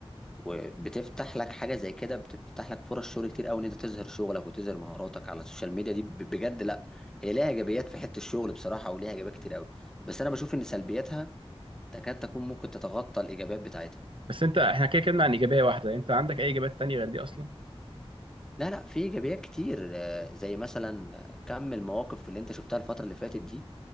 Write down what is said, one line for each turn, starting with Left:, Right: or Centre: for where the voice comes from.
Centre: وبتفتح لك حاجه زي كده بتفتح لك فرص شغل كتير قوي ان انت تظهر شغلك وتظهر مهاراتك على السوشيال ميديا دي ب- بجد لا هي ليها ايجابيات في حته الشغل بصراحه وليها ايجابيات كتير قوي بس انا بشوف ان سلبياتها تكاد تكون ممكن تتغطى الايجابيات بتاعتها
Right: بس انت احنا كده كده عن ايجابيه واحده انت عندك اي ايجابيات تانية غير دي اصلا
Centre: لا لا في ايجابيات كتير آه، زي مثلا كم المواقف اللي انت شفتها الفتره اللي فاتت دي